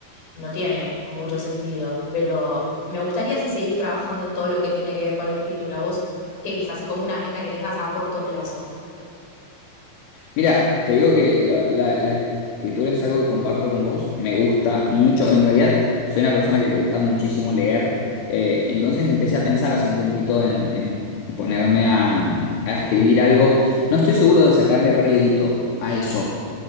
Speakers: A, on the left; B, on the left.
A: no tiene mucho sentido, pero me gustaría sí seguir trabajando en todo lo que tiene que ver con la escritura. ¿Vos qué es? Así como una meta que tengas a corto plazo.
B: Mira, te digo que lo- la, la escritura es algo que comparto con vos. Me gusta mucho. En realidad, soy una persona que le gusta muchísimo leer. Eh, entonces empecé a pensar hace un tiempito en, en ponerme a, a escribir algo. No estoy seguro de sacarle rédito a eso.